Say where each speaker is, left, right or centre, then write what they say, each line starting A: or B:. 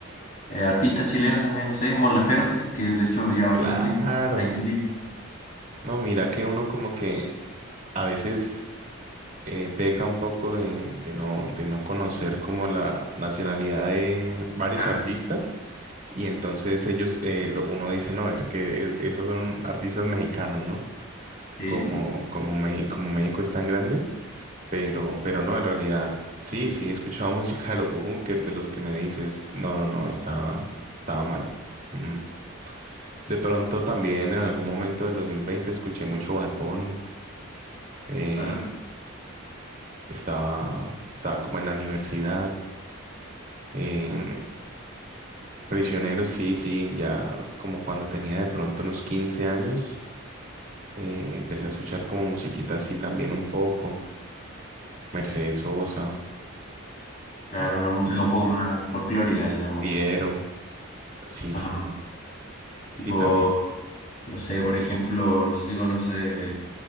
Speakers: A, on the left (about 40°); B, on the right (about 35°).
A: Eh, artistas chilenas también, no sé, Mon Laferte, que de hecho lleva bastante
B: claro.
A: tiempo ahí en México.
B: No, mira que uno como que a veces eh, peca un poco de, de no, de no conocer como la nacionalidad de varios
A: Claro,
B: artistas. Y entonces ellos, eh, lo- uno dice, no, es que e- esos son artistas mexicanos, ¿no?
A: sí,
B: como,
A: sí, sí, sí,
B: como, México, como México es tan grande, pero, pero no, en realidad, sí, sí, he escuchado <laughs> música de los Bunkers, de los que me dices, no, no, no, estaba, estaba mal. Mm. De pronto también en algún momento del 2020 escuché mucho Bad Bunny, eh,
A: claro.
B: estaba, estaba como en la universidad. Eh, prisionero, sí, sí, ya como cuando tenía de pronto unos 15 años, eh, empecé a escuchar como musiquita así también un poco, Mercedes Sosa,
A: Claro,
B: eh,
A: una música
B: eh,
A: un poco más folclórica, digamos.
B: Piero, sí,
A: Ajá.
B: sí, sí,
A: Tipo,
B: también.
A: no sé, por ejemplo, no sé si conoce